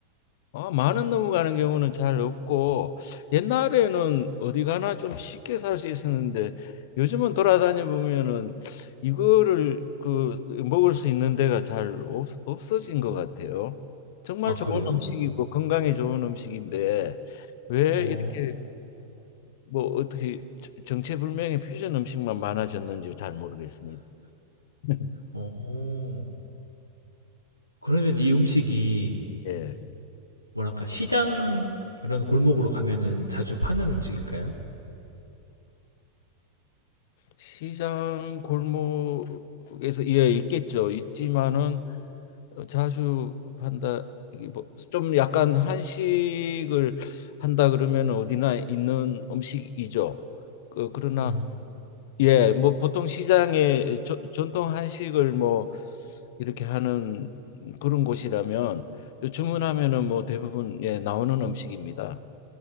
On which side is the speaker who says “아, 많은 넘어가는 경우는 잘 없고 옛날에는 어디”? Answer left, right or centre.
Left